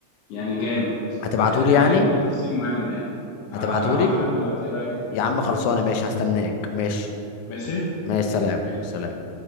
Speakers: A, on the left; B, on the left.
A: يعني جامد
B: هتبعتولي
A: آه،
B: يعني
A: قال كل التفاصيل مهمة يعني هبعته
B: هتبعتولي
A: لك دلوقتي ايه رأيك؟
B: يا عم خلصانه ماشي هستناك ماشي
A: ماشي؟
B: ماشي سلام
A: ماشي
B: سلام